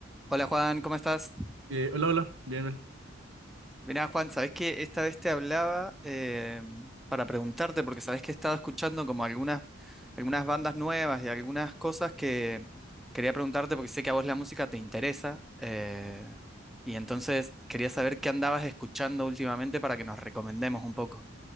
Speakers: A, in the centre; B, on the right (about 70°).
A: Hola Juan, ¿cómo estás?
B: Eh, hola, hola, bien, bien.
A: Mirá Juan, sabés que esta vez te hablaba eh, para preguntarte, porque sabés que he estado escuchando como algunas, algunas bandas nuevas y algunas cosas que quería preguntarte porque sé que a vos la música te interesa eh, y entonces quería saber qué andabas escuchando últimamente para que nos recomendemos un poco.